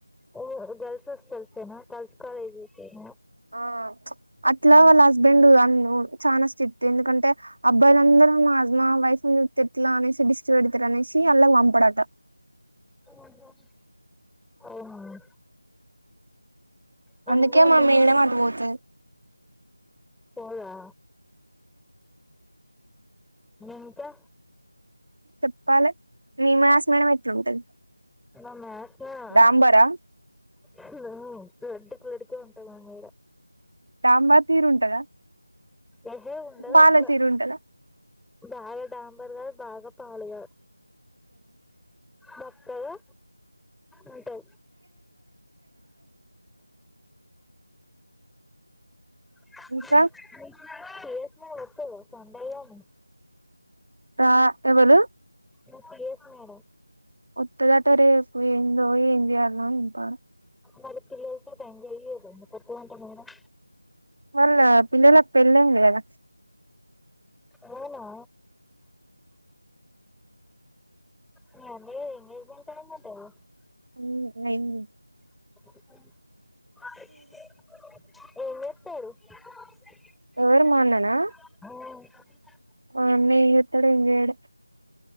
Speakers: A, in the centre; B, on the right.
A: ఓ గర్ల్స్ హాస్టల్స్ కేనా గర్ల్స్ కాలేజీ కేనా?
B: ఆ అట్లా వాళ్ళ హస్బెండ్ <unintelligible> చానా స్ట్రిక్ట్ ఎందుకంటే అబ్బాయిలందరూ మా హస్ మా వైఫ్ ను చూత్తే ఎట్లా అనేసి దిష్టి పెడతారనేసి ఆళ్లకి పంపడట.
A: ఉహ్మ్ అవునా? నేను
B: అందుకే
A: కూడా
B: మా
A: పొమ్మను
B: మేడం అటు పోతది.
A: పోదా ఇంకా
B: చెప్పాలె మీ మ్యాథ్స్ మేడం ఎట్లుంటది.
A: మా మ్యాథ్స్ మేడమా
B: డాంబరా
A: తను లడ్డుకు లడ్కే ఉంటది మా మేడం
B: డాంబార్ తీర్ ఉంటదా
A: ఏహే ఉండదు
B: పాల
A: అట్లా
B: తీర్ ఉంటద
A: బాగా డాంబర్ కాదు బాగా పాలు కాద్ బక్కగా ఉంటయి అ <unintelligible>
B: ఇంకా రా ఎవలు
A: మా సీఎస్ మేడం.
B: వత్తదట రేప్ ఏందో ఏం చే న్నో ఏం పాడో
A: మరి పిల్లలతోటి ఎంజాయ్ చేయదా ఎందుకు వత్తదంట మేడం
B: వాళ్ళ పిల్లలక్ పెళ్లైంది గదా
A: అవునా నే అదే ఎంగేజ్మెంట్ అయిందట గద
B: మ్ అయింది.
A: <unintelligible> ఏం చేత్తరు <unintelligible>
B: ఎవరు మా అన్ననా మా అన్న ఏం చేత్తడ్ ఏం చేయడ్